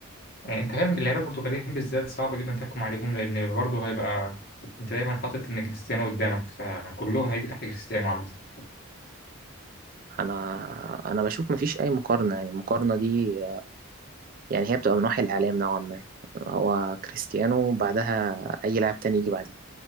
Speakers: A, on the left (about 45°); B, on the right (about 40°).
A: يعني انت فاهم اللعيبه البرتغاليين بالذات صعب جدا تحكم عليهم لان برضه هيبقى انت دايما حاطط ان كريستيانو قدامك فكلهم هيجوا تحت كريستيانو عامه
B: انا انا بشوف مفيش اي مقارنه يعني المقارنه دي يعني هي بتبقى من وحي الإعلام نوعا ما هو كريستيانو بعدها أي لاعب تاني يجي بعديه